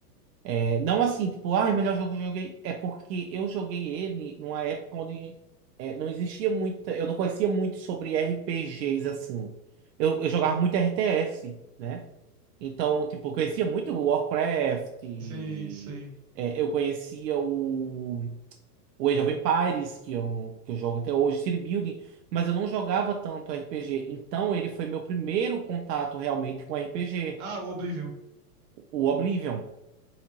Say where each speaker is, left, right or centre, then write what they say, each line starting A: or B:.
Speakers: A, on the right; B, on the right.
A: É, não assim, tipo, ai, o melhor jogo que eu joguei. É porque eu joguei ele numa época onde é, não existia muita. Eu não conhecia muito sobre RPGs assim. Eu, eu jogava muito RTS, né? Então, tipo, eu conhecia muito o Warcraft, e,
B: Sim, sim.
A: é, eu conhecia o, o Age of Empires, que é um que eu jogo até hoje, City Building, mas eu não jogava tanto RPG. Então, ele foi meu primeiro contato realmente com RPG,
B: Ah, o Oblivion.
A: o Oblivion.